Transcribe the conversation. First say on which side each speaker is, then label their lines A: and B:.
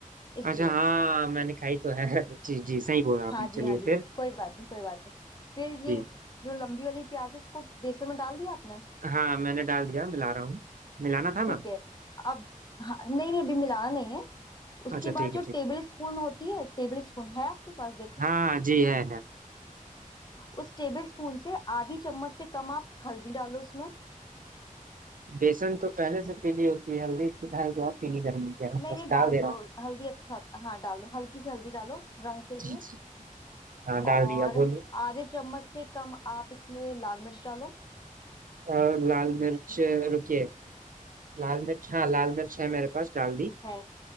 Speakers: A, on the left (about 30°); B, on the right (about 75°).
A: इसलिए
B: अच्छा हाँ मैंने खाई तो है <laughs> जी जी सही बोला आपने
A: हाँ जी
B: चलिए
A: हाँ जी
B: फिर
A: कोई बात नहीं कोई बात नहीं फिर
B: जी
A: ये जो लंबी वाली प्याज है उसको बेसन में डाल दिया आपने
B: हाँ मैंने डाल दिया मिला रहा हूँ मिलाना था ना
A: ठीक है अब हाँ नहीं नहीं अभी मिलाना नहीं है उसके
B: अच्छा ठीक
A: बाद जो
B: है ठीक
A: टेबल
B: है
A: स्पून होती है टेबल स्पून है आपके पास देखो
B: हाँ जी है है
A: उस टेबल स्पून से आधी चम्मच से कम आप हल्दी डालो उसमें
B: बेसन तो पहले से पीली होती है हल्दी की डाल के और पीली करनी क्या है,
A: नहीं
B: बस
A: नहीं
B: डाल
A: डाल
B: दे रहा
A: दो
B: हूँ
A: हल्दी अच्छा होता- हाँ डाल दो हल्की सी हल्दी डालो रंग के
B: जी,
A: लिए
B: जी। हाँ डाल
A: और
B: दिया बोलिए
A: आधे चम्मच से कम आप इसमें लाल मिर्च डालो
B: और लाल मिर्च रुकिए लाल मिर्च हाँ लाल मिर्च है मेरे पास डाल दी
A: है